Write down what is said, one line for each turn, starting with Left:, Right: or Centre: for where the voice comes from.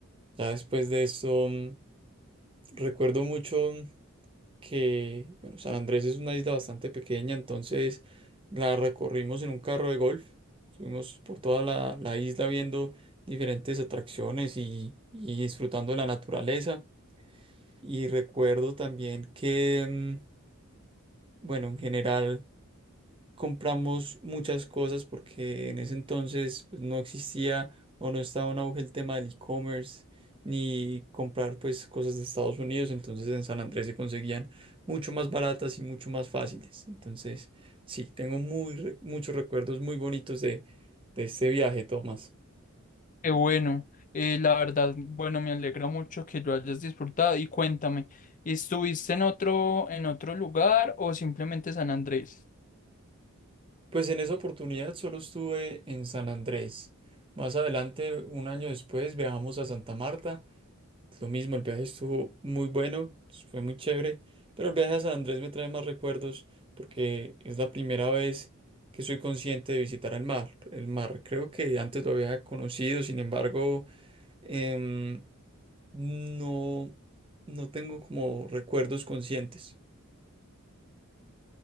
Right: Ya después de eso, mm, recuerdo mucho que, bueno, San Andrés es una isla bastante pequeña, entonces la recorrimos en un carro de golf, subimos por toda la, la isla viendo diferentes atracciones y, y disfrutando de la naturaleza. Y recuerdo también que, mm, bueno, en general compramos muchas cosas porque en ese entonces pues, no existía o no estaba en auge el tema del e-commerce ni comprar pues cosas de Estados Unidos, entonces en San Andrés se conseguían mucho más baratas y mucho más fáciles. Entonces, sí, tengo muy re- muchos recuerdos muy bonitos de, de este viaje, Tomás.
Left: Qué bueno, eh, la verdad, bueno, me alegra mucho que lo hayas disfrutado y cuéntame, ¿estuviste en otro, en otro lugar o simplemente San Andrés?
Right: Pues en esa oportunidad solo estuve en San Andrés. Más adelante, un año después, viajamos a Santa Marta Lo mismo, el viaje estuvo muy bueno, fue muy chévere, pero el viaje a San Andrés me trae más recuerdos porque es la primera vez que soy consciente de visitar el mar. El mar creo que antes lo había conocido, sin embargo, em, no, no tengo como recuerdos conscientes.